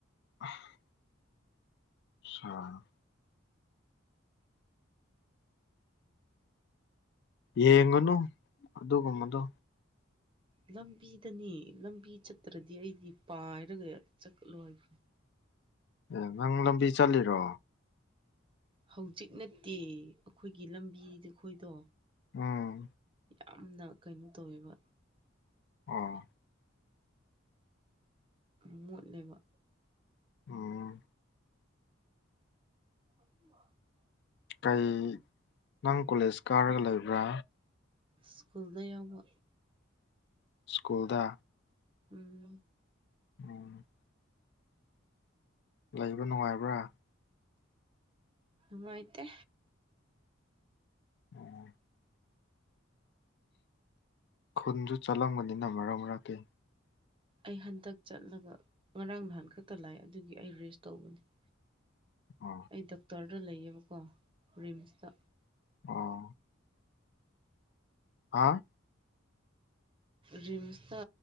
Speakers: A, on the left; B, on the right.
A: ꯑꯥꯍ ꯁꯥꯔ ꯌꯦꯡꯉꯅꯨ ꯑꯗꯨꯒꯨꯝꯕꯗꯣ
B: ꯂꯝꯕꯤꯗꯅꯦ ꯂꯝꯕꯤ ꯆꯠꯇ꯭ꯔꯗꯤ ꯑꯩꯗꯤ ꯄꯥꯏꯔꯒ ꯆꯠꯂꯣ ꯍꯥꯏꯕ꯭ꯔꯣ
A: ꯑꯦ ꯅꯪ ꯂꯝꯕꯤ ꯆꯠꯂꯤꯔꯣ
B: ꯍꯧꯖꯤꯛ ꯅꯠꯇꯦ ꯑꯩꯈꯣꯏꯒꯤ ꯂꯝꯕꯤꯗ ꯑꯩꯈꯣꯏꯗꯣ
A: ꯑꯥ
B: ꯌꯥꯝꯅ ꯀꯩꯅꯣ ꯇꯧꯋꯦꯕꯥ
A: ꯑꯣ
B: ꯎꯝ ꯃꯣꯠꯂꯦꯕ
A: ꯑꯣ
B: <inaudible>
A: ꯀꯩ ꯅꯪ ꯀꯣꯂꯦꯖ ꯀꯥꯔꯒ ꯂꯩꯕ꯭ꯔꯥ
B: ꯁ꯭ꯀꯨꯜꯗ ꯌꯥꯎꯕ
A: ꯁ꯭ꯀꯨꯜꯗ
B: ꯎꯝ
A: ꯑꯣ ꯂꯩꯕꯥ ꯅꯨꯡꯉꯥꯏꯕ꯭ꯔꯥ
B: ꯅꯨꯡꯉꯥꯏꯇꯦ
A: ꯑꯣ ꯈꯨꯟꯗꯨ ꯆꯠꯂꯝꯒꯅꯤꯅ ꯃꯔꯛ ꯃꯔꯛꯇꯤ
B: ꯑꯩ ꯍꯟꯗꯛ ꯆꯠꯂꯒ ꯉꯔꯥꯡ ꯅꯍꯥꯟ ꯈꯛꯇ ꯂꯥꯛꯑꯦ ꯑꯗꯨꯒꯤ ꯑꯩ ꯔꯦꯁ ꯇꯧꯕꯅꯤ <inaudible>
A: ꯑꯣ
B: ꯑꯩ ꯗꯣꯛꯇ꯭ꯔꯗ ꯂꯩꯌꯦꯕꯀꯣ ꯔꯤꯝꯁꯇ
A: ꯑꯣ ꯑꯥ
B: ꯔꯤꯝꯁꯇ